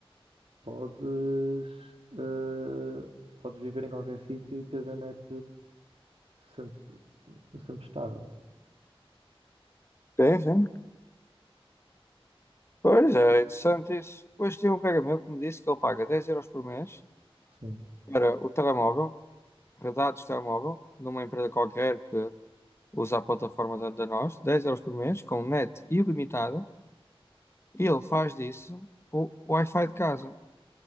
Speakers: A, on the right; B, on the left.
A: podes, eh, podes viver em qualquer sítio e teres a net sempre, sempre estável.
B: Sim, sim. Pois, é interessante isso. Hoje tinha um colega meu que me disse que ele paga 10 euros por mês
A: Sim.
B: para o telemóvel, redados de telemóvel, numa empresa qualquer que usa a plataforma da da nós, 10 euros por mês, com net ilimitada, E ele faz disso o o Wi-Fi de casa.